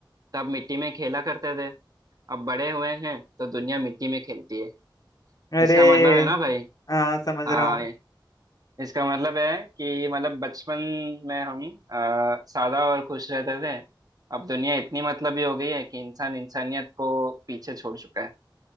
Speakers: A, on the right (about 50°); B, on the left (about 50°).
A: तब मिट्टी में खेला करते थे अब बड़े हुए हैं तो दुनिया मिट्टी में खेलती है
B: अरे
A: इसका मतलब है ना भाई
B: हाँ समझ
A: हाँ
B: रहा हूँ
A: इसका मतलब है कि मतलब बचपन में हम अ, सादा और खुश रहते थे अब दुनिया इतनी मतलबी हो गई है कि इंसान इंसानियत को पीछे छोड़ चुका है